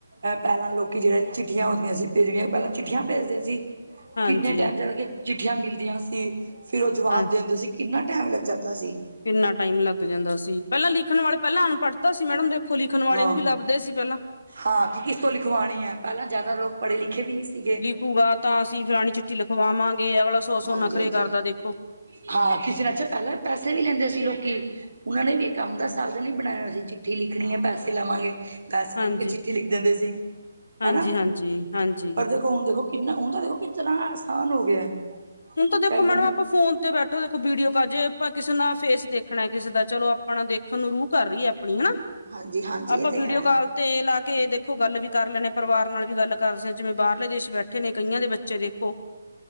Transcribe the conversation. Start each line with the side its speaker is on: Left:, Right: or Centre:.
Right: ਅਹ ਪਹਿਲਾਂ ਲੋਕੀ ਜੇੜੇ ਚਿੱਠੀਆਂ ਹੁੰਦੀਆਂ ਸੀ ਭੇਜਣੀਆਂ ਪਹਿਲਾਂ ਚਿੱਠੀਆਂ ਭੇਜਦੇ ਸੀ।
Left: ਹਾਂਜੀ,
Right: ਕਿੰਨੇ ਟਾਈਮ ਚਲ ਕੇ ਚਿੱਠੀਆਂ ਮਿਲਦੀਆਂ ਸੀ, ਫੇਰ ਓਹ ਜਵਾਬ
Left: ਹਾਂ
Right: ਦਿੰਦੇ ਸੀ। ਕਿੰਨਾ ਟਾਈਮ ਲੱਗ ਜਾਂਦਾ ਸੀ‌।
Left: ਕਿੰਨਾ ਟਾਈਮ ਲੱਗ ਜਾਂਦਾ ਸੀ ਪੈਲਾਂ ਲਿਖਣ ਵਾਲੇ ਪੈਲਾਂ ਅਨਪੜਤਾ ਸੀ ਮੈਡਮ ਦੇ ਖੋ ਲਿਖਣ ਵਾਲੇ
Right: ਹਾਂ
Left: ਨੂੰ ਵੀ ਲੱਭਦੇ ਸੀ ਪੈਲਾਂ।
Right: ਹਾਂ ਕਿ ਕਿਸ ਤੋਂ ਲਿਖਵਾਣੀ ਐ ਪੈਲਾਂ ਜਿਆਦਾ ਲੋਕ ਪੜੇ ਲਿਖੇ ਵੀ ਨੀ ਸੀਗੇ।
Left: ਹੂਆ ਤਾਂ ਅਸੀਂ ਫਿਲਾਣੀ ਚਿੱਠੀ ਲਿਖਵਾ ਮਾਗੇ ਅਗਲਾ ਸੌ-ਸੌ
Right: ਹਾਂਜੀ
Left: ਨਖਰੇ
Right: ਹਾਂਜੀ
Left: ਕਰਦਾ ਦੇਖੋ।
Right: ਹਾਂ ਕਿਸੇ ਨੇ ਅੱਛਾ ਪੈਲਾਂ ਪੈਸੇ ਵੀ ਲੈਂਦੇ ਸੀ ਲੋਕੀ। ਉਨਾਂ ਨੇ ਵੀ ਏ ਕੰਮ ਦਾ ਸਾਧਨ ਏ ਬਣਾਇਆ ਹੋਇਆ ਸੀ ਚਿੱਠੀ ਲਿਖਣੀ ਏ ਪੈਸੇ ਲਵਾਂਗੇ। ਪੈਸੇ
Left: ਹਾਂਜੀ,
Right: ਲਿਖ ਕੇ ਚਿੱਠੀ ਲਿਖ ਦਿੰਦੇ ਸੀ
Left: ਹਾਂਜੀ-ਹਾਂਜੀ,
Right: ਹਨਾ
Left: ਹਾਂਜੀ।
Right: ਪਰ ਹੁਣ ਦੇਖੋ ਕਿੰਨਾ ਹੁਣ ਤਾਂ ਦੇਖੋ ਕਿਤਨਾ ਆਸਾਨ ਹੋ ਗਿਆ।
Left: ਹੁਣ ਤਾਂ ਦੇਖੋ
Right: ਚਾਹੇ ਮੰ
Left: ਮੈਡਮ ਆਪਾਂ ਫ਼ੋਨ ਤੇ ਬੈ ਠੋ ਦੇਖੋ ਵੀਡੀਓ ਕਾ ਜੇ ਆਪਾਂ ਕਿਸੇ ਨਾਲ ਫੇਸ ਦੇਖਣਾ ਕਿਸੇ ਦਾ ਚਲੋ ਆਪਣਾ ਦੇ ਖਣ ਨੂੰ ਰੂ ਕਰ ਰੀ ਆ ਆਪਣੀ ਹਨਾ,
Right: ਹਾਂਜੀ ਹਾਂਜੀ
Left: ਆਪਾਂ
Right: ਇਹ ਤੇ
Left: ਵੀਡੀਓ
Right: ਹੈ
Left: ਕਾਲ ਤੇ ਲਾ ਕੇ ਦੇਖੋ ਗੱਲ ਵੀ ਕਰ ਲੈਨੇ ਆ ਪਰਿਵਾਰ ਨਾਲ ਵੀ ਗੱਲ ਕਰ ਸੇ ਜਿਵੇਂ ਬਾਰਲੇ ਦੇਸ਼ ਬੈਠੇ ਨੇ ਕਈਆਂ ਦੇ ਬੱਚੇ ਦੇਖੋ।